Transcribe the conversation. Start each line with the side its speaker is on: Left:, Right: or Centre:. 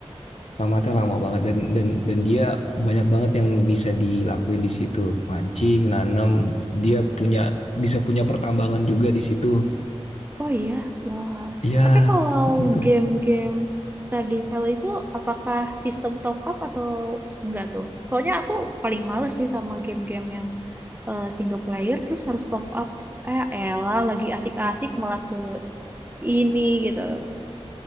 Left: Tamatnya lama
Right: Hmm.
Left: banget dan dan dan dia banyak banget yang bisa dilakuin di situ. Mancing, nanam, dia punya bisa punya pertambangan juga di situ.
Right: Oh iya, wah.
Left: Ya,
Right: Tapi kalau
Left: gitu.
Right: game-game Stardew Valley itu apakah sistem top up atau enggak tuh? Soalnya aku paling males sih sama game-game yang eh, single player terus harus top up eh elah lagi asik-asik malah ke ini gitu